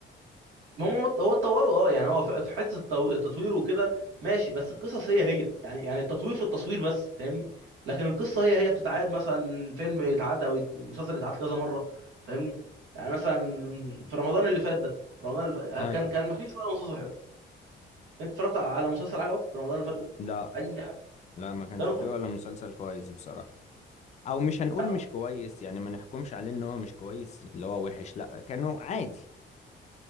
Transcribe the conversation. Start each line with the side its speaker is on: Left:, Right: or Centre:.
Right: ما هم هو اتطوروا اه يعني هو في حته التو- التطوير وكده ماشي بس القصص هي هي يعني يعني التطوير في التصوير بس فاهمني لكن القصه هي هي بتتعاد مثلا فيلم يتعاد او يت- مسلسل يتعاد كذا مره فاهمني يعني مثلا في رمضان اللي فات ده رمضان اللي فات
Left: أيوة
Right: كان كان ما فيش ولا مسلسل حلو انت اتفرجت على على مسلسل عجبك في رمضان اللي فات ده
Left: لا
Right: اي حاجه
Left: لا ما كانش
Right: كانوا
Left: فيه
Right: كلهم
Left: ولا
Right: زي
Left: مسلسل كويس بصراحة او مش هنقول
Right: انا
Left: مش كويس يعني ما نحكمش عليه ان هو مش كويس اللي هو وحش لا كانوا عادي